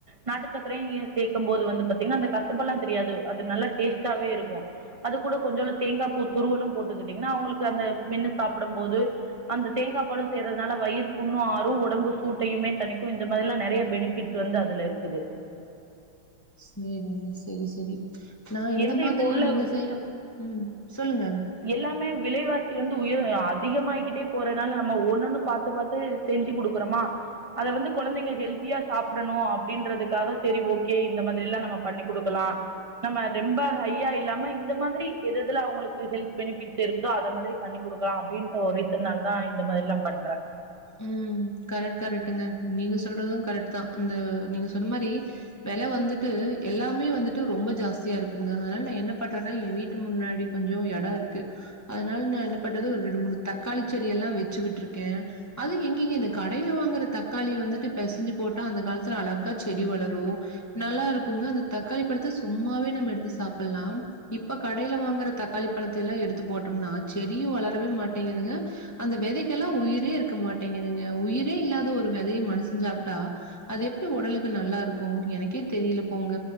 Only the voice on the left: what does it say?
சேரிங்க செரி செரி நான் இந்த
மாதிரி
நீங்க செய்யற உம் சொல்லுங்க
உம் கரெக்ட் கரெக்ட்டுங்க நீங்க சொல்றதும் கரெக்ட்தா அந்த நீங்க சொன்ன மாரி வெலை வந்துட்டு எல்லாமே வந்துட்டு ரொம்ப ஜாஸ்தியா இருக்குங்க அதனால நா என்ன பண்றன்னா ஏன் வீட்டு முன்னாடி கொஞ்சோ எடோ இருக்கு அதனால நான் என்ன பண்றது ஒரு ரெண்டு மூணு தக்காளி செடிய எல்லாம் வச்சு விட்ருக்கே அது எங்கீங்க இந்த கடையில வாங்குற தக்காளி வந்துட்டு பெசஞ்சு போட்டா அந்த காலத்துல அழகா செடி வளரு நல்லா இருக்குங்க அந்த தக்காளி பழத்த சும்மாவே நம்ம எடுத்து சாப்பிட்லாம் இப்ப கடையில வாங்கற தக்காளி பழத்த எல்லாம் எடுத்து போட்டோம்னா செடியும் வளரவே மாட்டேங்குதுங்க அந்த வெதைக்கெல்லா உயிரே இருக் க்க மாட்டேங்குதுங்க உயிரே இல்லாத ஒரு வெதைய மனுசஞ் சாப்ட்டா அது எப்டி ஒடலுக்கு நல்லா இருக்கும் எனக்கே தெரியல போங்க